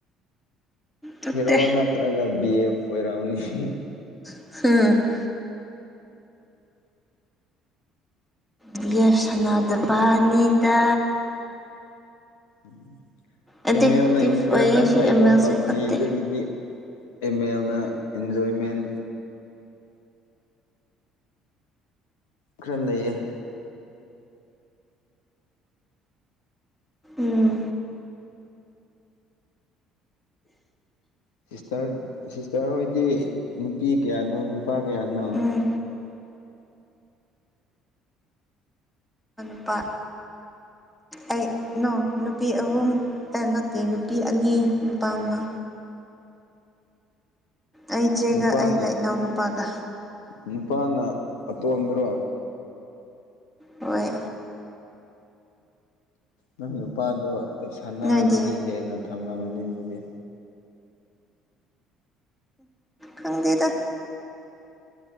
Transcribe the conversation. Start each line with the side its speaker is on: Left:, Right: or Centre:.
Centre: ꯇꯠꯇꯦ
Left: ꯍꯤꯔꯣ ꯅꯠꯇ꯭ꯔꯒ ꯕꯤ ꯑꯦꯐ ꯑꯣꯏꯔꯝꯅꯤ
Centre: <unintelligible> ꯕꯤꯌꯦꯐ ꯁꯅꯥꯗꯕꯅꯤꯗ
Left: ꯎꯝ
Centre: ꯑꯦꯗꯤꯛꯇꯤꯞ
Left: ꯑꯦꯝ ꯑꯦꯜꯅ ꯏꯟꯇꯔꯦꯁ
Centre: ꯑꯣꯏꯌꯦ
Left: ꯌꯥꯝ
Centre: ꯁꯤ
Left: ꯂꯩꯗ
Centre: ꯑꯦꯝ ꯑꯦꯜꯁꯦ
Left: ꯄꯞꯖꯤꯗꯒꯤꯗꯤ
Centre: ꯐꯠꯇꯦ
Left: ꯑꯦꯝ ꯑꯦꯜꯅ ꯏꯟꯖꯣꯏꯃꯦꯟ ꯈꯔ ꯂꯩꯌꯦ
Centre: ꯎꯝ
Left: ꯁꯤꯁꯇꯔ ꯁꯤꯁꯇꯔ ꯍꯣꯏꯗꯤ ꯅꯨꯄꯤ ꯀꯌꯥꯅꯣ ꯅꯨꯄꯥ ꯀꯌꯥꯅꯣ
Centre: ꯎꯝ ꯅꯨꯄꯥ ꯑꯩꯩ ꯅꯣ ꯅꯨꯄꯤ ꯑꯍꯨꯝꯇ ꯅꯠꯇꯦ ꯅꯨꯄꯤ ꯑꯅꯤ ꯅꯨꯄꯥ ꯑꯃ ꯑꯩ ꯏꯆꯦꯒ
Left: ꯅꯨꯄꯥꯅ
Centre: ꯑꯩꯒ ꯏꯅꯥꯎꯅꯨꯄꯥꯒ
Left: ꯅꯨꯄꯥꯅ ꯑꯇꯣꯟꯕ꯭ꯔꯣ
Centre: ꯍꯣꯏ
Left: ꯅꯪ ꯅꯨꯄꯥꯗꯣ ꯁꯅꯥꯗꯒꯤ
Centre: ꯅꯣꯏꯗꯤ
Left: ꯍꯦꯟꯅ ꯊꯝꯂꯝꯅꯤ ꯑꯗꯨꯗꯤ
Centre: ꯈꯪꯗꯦꯗ